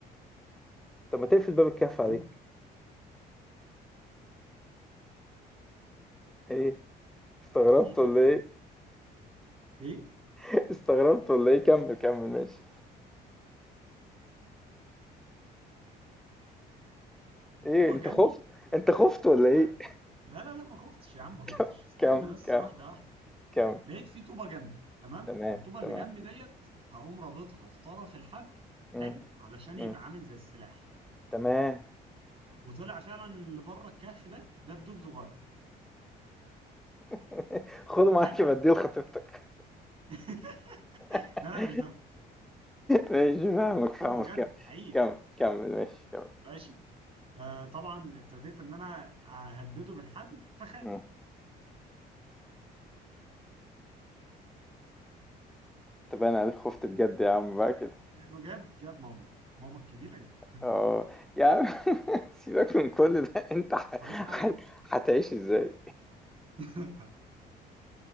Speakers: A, in the centre; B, on the right.
A: طب ما تقفل باب الكهف
B: عوم
A: عليك ايه استغربت
B: ايه فجاه
A: ولا
B: لقيت
A: ايه
B: ايه
A: <laughs> استغربت ولا ايه كمل كمل ماشي ايه
B: بابا
A: انت
B: جنبي
A: خفت انت خفت ولا
B: لا
A: ايه
B: لا لا لا ما خفتش يا عم ما خفتش
A: <laughs>
B: استنى
A: كمل
B: بس
A: كمل
B: واحده واحده
A: كمل
B: لقيت في طوبه جنبي تمام
A: تمام
B: الطوبه اللي
A: تمام
B: جنبي ديت هقوم رابطها في طرف الحبل
A: مم.
B: حلو علشان
A: مم.
B: يبقى عامل زي السلاح
A: تمام
B: وطلع فعلا اللي بره الكهف ده دبدوب صغير
A: <laughs> خده معاك
B: حلو
A: بديه لخطيبتك
B: <laughs>
A: <laughs>
B: لا لا مش دبدوب
A: ماشي فاهمك فاهمك
B: بجد
A: كمل
B: حقيقي
A: كمل كمل ماشي كمل
B: ماشي آه طبعا ابتديت ان انا اهدده بالحبل فخاف
A: مم. طب انا عليك خفت بجد يا عم بقى كده
B: لانه جاب جاب ماما ماما الكبيره جت
A: اه يا عم <laughs> سيبك من كل ده <laughs> انت ح...
B: اضطريت اعمل
A: ح...
B: ايه
A: هتعيش ازاي
B: <laughs>